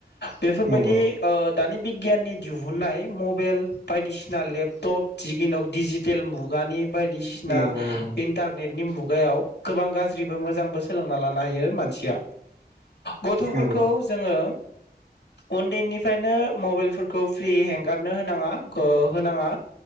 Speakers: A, on the left; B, on the right.
A: बेफोरबायदि
B: नंगौ
A: दानि बिगियाननि दिहुननाय मबेल बायदिसिना लेपटप दिग दिनाव डिजिटेल मुगानि बायदिसिना
B: नंगौ नंगौ
A: इन्टारनेट नि मुगायाव गोबां गाज्रिबो मोजांबो सोलोंना लानो हायो मानसिया गथ'फोरखौ
B: नंगौ
A: जोङो उन्दैनिफ्रायनो मबाइलफोरखौ फ्रि हेंगारनो होनाङा खो होनाङा।